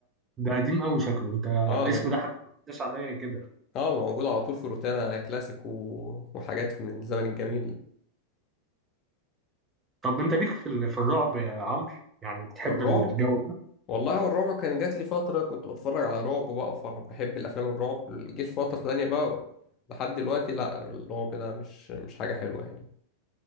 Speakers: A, on the right (about 20°); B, on the left (about 35°).
A: ده قديم قوي شكله انت الاسم
B: اه ده
A: ده حتى ما عداش عليا كده
B: اه موجود على طول في روتانا كلاسيك و... وحاجات من الزمن الجميل
A: طب انت ليك في ال- في الرعب يا عمرو يعني بتحب
B: الرعب
A: ال- الجو ده
B: والله هو الرعب كان جات لي فترة كنت بتفرج على رعب بقى فر- بحب الأفلام الرعب جيت فترة تانية بقى لحد دلوقتي لا الرعب ده مش مش حاجة حلوة يعني